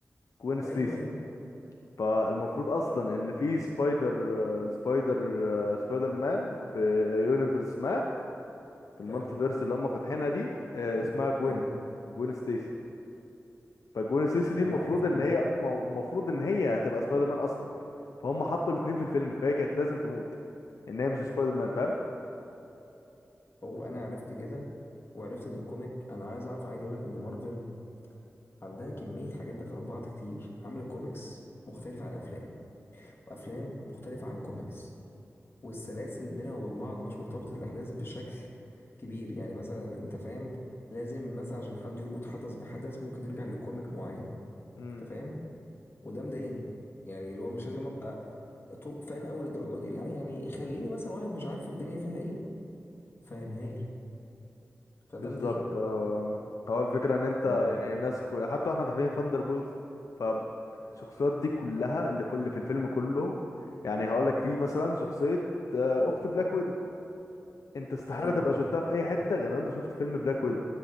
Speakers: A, on the left; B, on the left.
A: جوين ستيسي
B: ايوه ايوه
A: فالمفروض اصلا ان في سبايدر آه، سبايدر آه، سبايدر مان في يونيفرس ما في المالتيفيرس
B: حلو
A: اللي هم فاتحينها دي آه، اسمها جوين
B: ايوه
A: جوين ستيسي فجوين ستيسي دي المفروض
B: انا عارف ان
A: ان
B: هي
A: هي مو- المفروض ان هي هتبقى سبايدر مان اصلا فهم حطوا الاتنين في الفيلم فهي كانت لازم تموت ان هي مش سبايدر مان
B: هو انا عرفت كده وعرفت ان الكوميك انا عايز اعرف عايز اقول لك ان مارفل عندها كميه حاجات داخله في بعض كتير عامله كوميكس مختلفه عن افلام وافلام مختلفه عن كوميكس والسلاسل بينها وبين بعض مش مرتبطة الأحداث بشكل كبير يعني مثلا أنت فاهم لازم مثلا عشان حد يربط حدث بحدث ممكن نرجع لكوميك معين
A: فاهم
B: أنت فاهم وده مضايقني يعني اللي هو مش لازم أبقى توب فان أوي للدرجة دي لا يعني خليني مثلا واحد مش عارف الدنيا فيها إيه فاهمها لي فده
A: بالظبط
B: مضايقني
A: اه هو الفكرة ان انت
B: م-
A: يعني الناس كل... حتى احنا داخلين ثاندر بولز فالشخصيات دي كلها اللي كل في الفيلم كله يعني هقولك في مثلا شخصية آه، اخت بلاك ويدو انت استحالة
B: أيوه
A: تبقى
B: أه
A: شفتها في اي حتة غير لو انت شفت فيلم بلاك ويدو